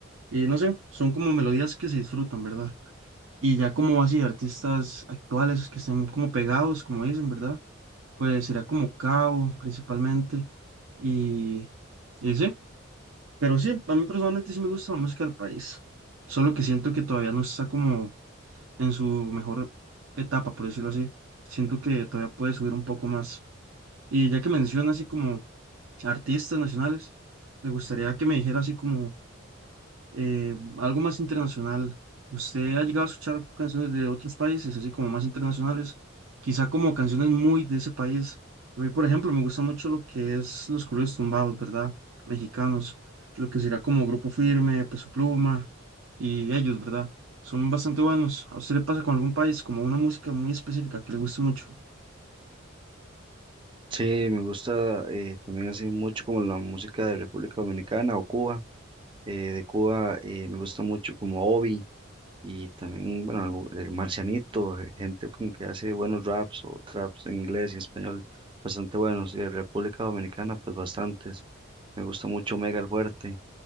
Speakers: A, on the right (about 75°); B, on the right (about 25°).
A: Y no sé, son como melodías que se disfrutan, ¿verdad? Y ya como así artistas actuales que estén como pegados, como dicen, ¿verdad? Pues sería como Cabo principalmente. Y, y sí, pero sí, a mí personalmente sí me gusta la música del país. Solo que siento que todavía no está como en su mejor etapa, por decirlo así. Siento que todavía puede subir un poco más. Y ya que menciona así como artistas nacionales, me gustaría que me dijera así como Eh, algo más internacional. ¿Usted ha llegado a escuchar canciones de otros países, así como más internacionales? Quizá como canciones muy de ese país. A mí, por ejemplo, me gusta mucho lo que es los corridos tumbados, ¿verdad? Mexicanos, lo que será como Grupo Firme, Peso Pluma y ellos, ¿verdad? Son bastante buenos. ¿A usted le pasa con algún país como una música muy específica que le guste mucho?
B: Sí, me gusta eh, también así mucho como la música de República Dominicana o Cuba. Eh, de Cuba eh, me gusta mucho como Obi y también, bueno, el, el Marcianito, eh, gente como que hace buenos raps o traps en inglés y español, bastante buenos. Y de República Dominicana, pues bastantes. Me gusta mucho Mega el Fuerte,